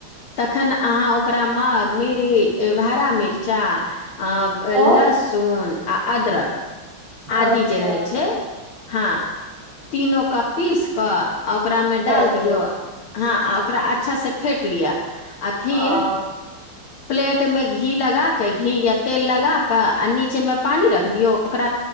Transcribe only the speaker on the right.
और
अच्छा
दए
देब
आ